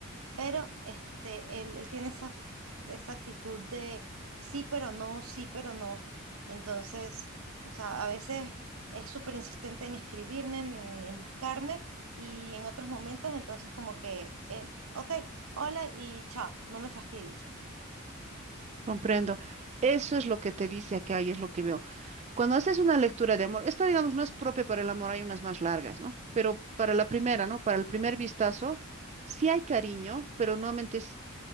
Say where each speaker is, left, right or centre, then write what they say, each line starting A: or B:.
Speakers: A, on the right; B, on the right.
A: pero este, él, él tiene esa, esa actitud de sí, pero no, sí, pero no. Entonces, o sea, a veces es súper insistente en escribirme, en, en buscarme, y en otros momentos, entonces como que, eh, ok, hola y chao, no me fastidies.
B: Comprendo. Eso es lo que te dice acá y es lo que veo. Cuando haces una lectura de amor, esta, digamos, no es propia para el amor, hay unas más largas, ¿no? Pero para la primera, ¿no? Para el primer vistazo, sí hay cariño, pero nuevamente es